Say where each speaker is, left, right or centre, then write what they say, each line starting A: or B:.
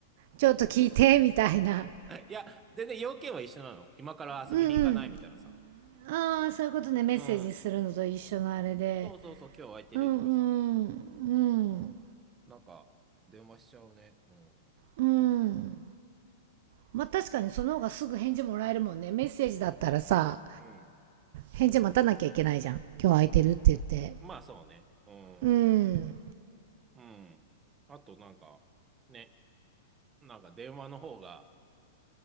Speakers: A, on the right (about 60°); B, on the right (about 20°).
A: ちょっと聞いて、みたいな。
B: いや、全然要件は一緒なの。今から遊びに行かないみたいなさ。
A: うんうん。ああ、そういうことね、メッセージするのと一緒のあれで。
B: うん。そうそうそう、今日空いてるとかさ。
A: うんうん、うん、
B: うん。なんか、電話しちゃうね。うん。
A: うん。まあ確かにその方がすぐ返事もらえるもんね。メッセージだったらさ、
B: うん。
A: 返事待たなきゃいけないじゃん。今日空いてるって言って。
B: まあそうね。うん。
A: うん。
B: うん。あとなんか、ね。なんか電話の方が、